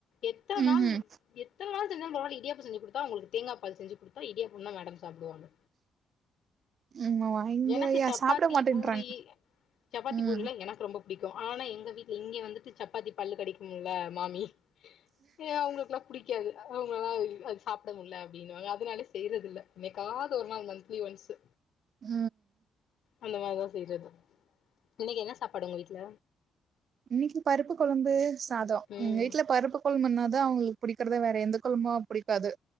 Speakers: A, on the left; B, on the right.
A: எத்தன
B: ம்ஹும்
A: நாள் எத்தன நாள் <unintelligible> மார்னிங்கே இடியாப்போ செஞ்சு குடுத்தா உங்களுக்கு தேங்காய பால் செஞ்சு குடுத்தா இடியாப்பம்னா மேடம் சாப்பிடுவாங்க
B: ம் இங்க
A: எனக்கு
B: யா
A: சப்பாத்தி
B: சாப்ட மாட்டேன்றாங்க
A: பூரி சப்பாத்தி
B: ம்
A: பூரில்லா எனக்கு ரொம்ப பிடிக்கு ஆனா எங்க வீட்டுல இங்கே வந்துட்டு சப்பாத்தி பல்லு கடிக்கு ல மாமி ஏ அவங்களுக்குல்லா புடிக்காது அவங்களளா அது சாப்பிட முடியல அப்படின்னுுவாங்க அதனால செய்யறதுல்ல என்னைக்காவது ஒரு நாள் மந்த்லி ஒன்ஸு
B: உ
A: அந்த மாரிதா செய்றது இன்னைக்கு என்ன சாப்பாடு உங்க வீட்ல
B: இன்னைக்கு பருப்பு கொழம்பு சாதோ
A: ம்
B: எங்க வீட்டுல பருப்பு கொழம்புனாதா அவங்களுக்கு புடிக்கு இருக்கறத வேற எந்த கொழம்பு பிடிக்காது